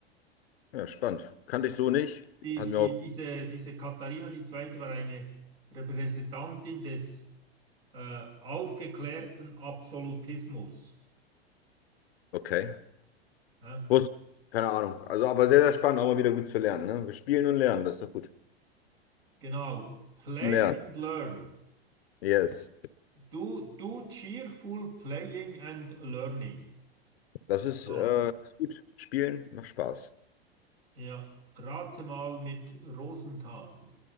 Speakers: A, on the left; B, on the right.
A: Ja, spannend. Kannte ich so nicht.
B: Die,
A: Hat
B: sie,
A: mir auch.
B: diese, diese Katharina die Zweite war eine Repräsentantin des äh, aufgeklärten Absolutismus.
A: Okay.
B: ne?
A: Wusste. Keine Ahnung. Also, aber sehr, sehr spannend, auch mal wieder gut zu lernen. Ne? Wir spielen und lernen, das ist doch gut.
B: Genau. Play
A: Lernen.
B: and learn.
A: Yes.
B: Do, do cheerful playing and learning.
A: Das ist,
B: So,
A: äh, ist gut. Spielen macht Spaß.
B: ja. Rate mal mit Rosenthal.